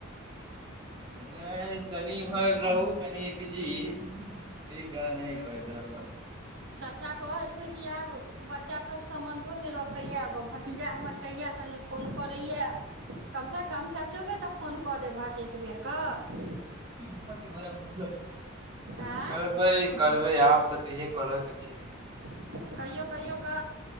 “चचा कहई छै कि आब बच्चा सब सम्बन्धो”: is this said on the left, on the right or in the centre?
Right